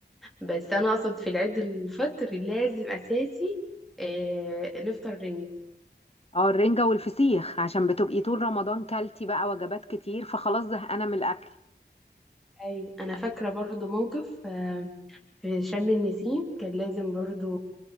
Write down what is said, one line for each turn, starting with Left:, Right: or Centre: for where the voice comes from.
Centre: بس انا اقصد في العيد الفطر لازم اساسي آه نفطر رنج
Left: اه الرنجة والفسيخ عشان بتبقي طول رمضان كلتي بقى وجبات كتير فخلاص زهقانة من الأكل
Centre: اي انا فاكرة برضه موقف آه في شم النسيم كان لازم برضه